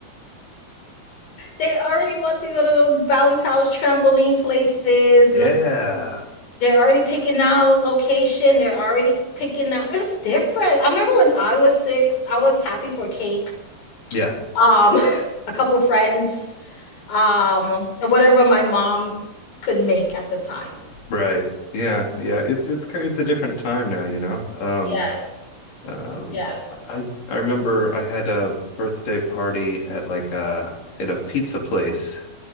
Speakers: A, on the left; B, on the left.
A: They already want to go to those bounce house trampoline places.
B: Yeah.
A: They're already picking out location. They're already picking out. It's different. I remember when I was six, I was happy for cake.
B: Yeah.
A: Um, <laughs> a couple friends, um, and whatever my mom could make at the time.
B: Right. Yeah. Yeah. It's it's kind it's a different time now, you know. Um
A: Yes.
B: um
A: Yes.
B: I I remember I had a birthday party at like a at a pizza place